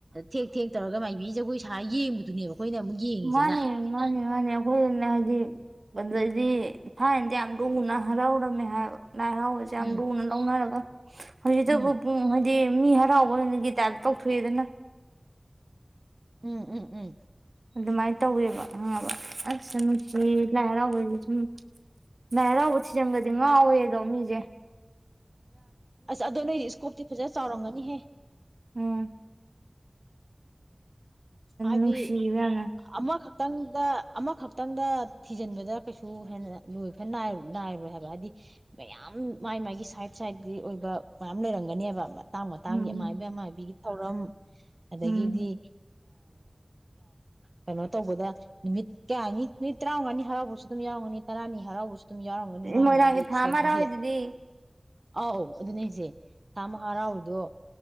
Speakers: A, on the right; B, on the right.
A: ꯊꯦꯛ ꯊꯦꯛ ꯇꯧꯔꯒ ꯃꯥꯏꯕꯤ ꯖꯒꯣꯏ ꯁꯥ ꯌꯦꯡꯕꯗꯨꯅꯦꯕ ꯑꯩꯈꯣꯏꯅ ꯑꯃꯨꯛ ꯌꯦꯡꯉꯤꯁꯤꯅ
B: ꯃꯥꯅꯦ ꯃꯥꯅꯦ ꯃꯥꯅꯦ ꯑꯈꯣꯏꯅ ꯍꯥꯏꯗꯤ ꯑꯗꯨꯗꯩꯗꯤ ꯊꯥꯏꯅꯗꯤ ꯌꯥꯝ ꯂꯨꯅ ꯍꯔꯥꯎꯔꯝꯃꯦ ꯍꯥꯏꯕ ꯂꯥꯏ ꯍꯔꯥꯎꯕꯁꯦ ꯌꯥꯝ
A: ꯎꯝ
B: ꯂꯨꯅ ꯂꯧꯅꯔꯒ ꯍꯧꯖꯤꯛꯇꯇꯕꯨ
A: ꯎꯝ
B: ꯗꯤ ꯃꯤ ꯍꯔꯥꯎꯕꯅ ꯒꯤꯇꯗ ꯇꯧꯊꯣꯛꯑꯦꯗꯅ
A: ꯎꯝ ꯎꯝ ꯎꯝ
B: ꯑꯗꯨꯃꯥꯏꯅ ꯇꯧꯋꯦꯕ ꯑꯪꯕ ꯑꯁ ꯅꯨꯡꯇꯤ ꯂꯥꯏ ꯍꯔꯥꯎ ꯍꯣꯏ ꯎꯝ ꯂꯩ ꯍꯔꯧꯕ ꯊꯤꯖꯟꯕꯁꯦ ꯉꯥꯑꯣꯏꯗꯣ ꯃꯤꯖꯦ
A: ꯑꯁ ꯑꯗꯣ ꯅꯣꯏꯗꯤ ꯏꯁꯀꯣꯞꯇꯤ ꯐꯖꯅ ꯆꯥꯎꯔꯝꯒꯅꯤꯍꯦ
B: ꯎꯝ
A: ꯍꯥꯌꯗꯦ
B: ꯅꯨꯡꯁꯤꯕ ꯌꯥꯝꯅ
A: ꯑꯃꯈꯛ ꯇꯪꯗ ꯑꯃꯈꯛꯇꯪꯗ ꯊꯤꯖꯤꯟꯕꯗ ꯀꯩꯁꯨ ꯍꯦꯟꯅ ꯂꯣꯏꯐ ꯅꯥꯏꯔꯣꯏ ꯍꯥꯏꯕ ꯍꯥꯏꯗꯤ ꯃꯌꯥꯝ ꯃꯥꯏ ꯃꯥꯒꯤ ꯁꯥꯏꯠ ꯁꯥꯏꯠꯀꯤ ꯑꯣꯏꯕ ꯃꯌꯥꯝ ꯂꯩꯔꯝꯒꯅꯦꯕ ꯃꯇꯥꯡ ꯃꯇꯥꯡꯒꯤ
B: ꯎꯝ
A: ꯑꯃꯥꯏꯕꯤ ꯑꯃꯥꯏꯕꯤꯒꯤ ꯊꯧꯔꯝ ꯑꯗꯒꯤꯗꯤ
B: ꯎꯝ
A: ꯀꯩꯅꯣ ꯇꯧꯕꯗ ꯅꯨꯃꯤꯠ ꯀꯌꯥꯅꯤ ꯅꯨꯃꯤꯠ ꯇꯔꯥꯃꯉꯥꯅꯤ ꯍꯔꯥꯎꯕꯁꯨ ꯑꯗꯨꯝ ꯌꯥꯎꯒꯅꯤ ꯇꯔꯥꯅꯤ ꯍꯔꯥꯎꯕꯁꯨ ꯑꯗꯨꯝ ꯌꯥꯎꯔꯝꯒꯅꯤ ꯃꯥꯏ
B: ꯃꯣꯏꯔꯥꯪꯒꯤ
A: ꯃꯥꯒꯤ
B: ꯊꯥ
A: ꯏꯁꯣꯔꯗꯨꯒꯤ
B: ꯑꯃ ꯑꯣꯏꯣꯏꯗꯗꯤ
A: ꯑꯧ ꯑꯗꯨꯅꯦꯁꯦ ꯊꯥ ꯑꯃꯥ ꯍꯔꯥꯎꯔꯤꯗꯣ